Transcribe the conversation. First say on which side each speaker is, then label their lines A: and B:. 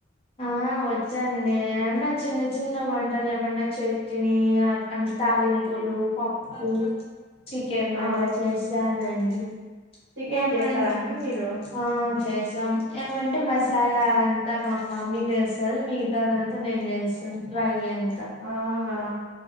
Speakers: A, on the left; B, on the right.
A: ఆ వచ్చండి నా చిన్న చిన్న వంటలు ఏమన్నా చట్నీ అంటే తాలింపులు పప్పు చికెన్
B: ఆ
A: అట్లా చేస్తానండి
B: చికెన్
A: ఏమన్
B: చేస్తారా అండి మీరు
A: ఆ చేసాం ఏమంటే మ మసాలా అంత మ మమ్మీ చేస్తాది మిగతాదంతా నేను చేస్తాను ఫ్రై అంత
B: అవునా